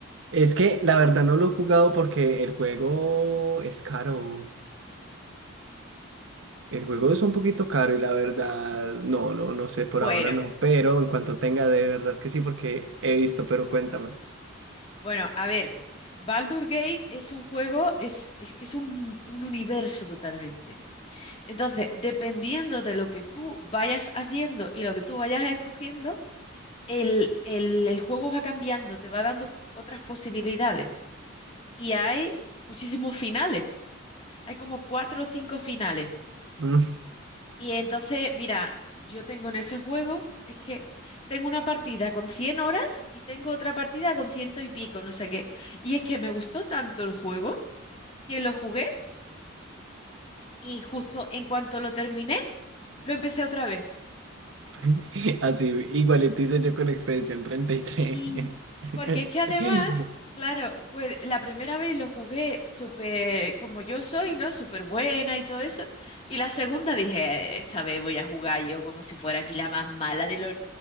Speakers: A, on the right; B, on the left.
A: Es que la verdad no lo he jugado porque el juego es caro. El juego
B: Mm,
A: es un poquito caro y la verdad, no, no, no sé, por
B: Bueno,
A: ahora no. Pero en cuanto tenga, de verdad que sí, porque he visto, pero cuéntame.
B: bueno, a ver. Baldur Gate es un juego, es, es que es un, un universo totalmente. Entonces, dependiendo de lo que tú vayas haciendo y lo que tú vayas escogiendo, el, el, el juego va cambiando, te va dando otras posibilidades. Y hay muchísimos finales. Hay como cuatro o cinco finales.
A: Mm,
B: Y entonces, mira, yo tengo en ese juego, es que tengo una partida con 100 horas y tengo otra partida con ciento y pico, no sé qué. Y es que me gustó tanto el juego que lo jugué y justo en cuanto lo terminé, lo empecé otra vez.
A: <laughs> Así, igualito hice yo con Expedición treinta y tres
B: Sí,
A: <laughs>
B: porque es que además, claro, pues la primera vez lo jugué súper como yo soy, ¿no? Súper buena y todo eso. Y la segunda dije, esta vez voy a jugar yo como si fuera aquí la más mala de lo,